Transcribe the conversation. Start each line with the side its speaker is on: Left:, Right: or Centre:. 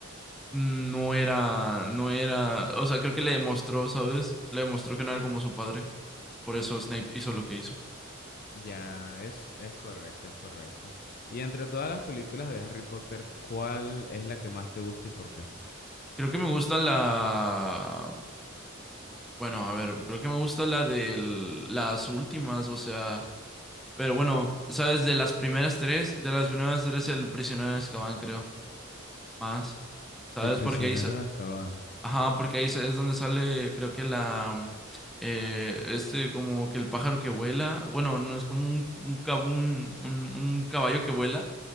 Centre: no era, no era, o sea, creo que le demostró, ¿sabes? Le demostró que no era como su padre. Por eso Snape hizo lo que hizo.
Left: Ya, es, es correcto, es correcto. Y entre todas las películas de Harry Potter, ¿cuál es la que más te gusta y por qué?
Centre: Creo que me gusta la, bueno, a ver, creo que me gusta la de las últimas, o sea, pero bueno, ¿sabes? De las primeras tres, de las primeras tres, el prisionero de Azkaban, creo, más. ¿Sabes?
Left: El prisionero
Centre: Porque ahí sa-
Left: de Azkaban.
Centre: Ajá, porque ahí es donde sale, creo que la, mm, eh, este, como que el pájaro que vuela, bueno, no es como un, un, cab- un, un- un caballo que vuela,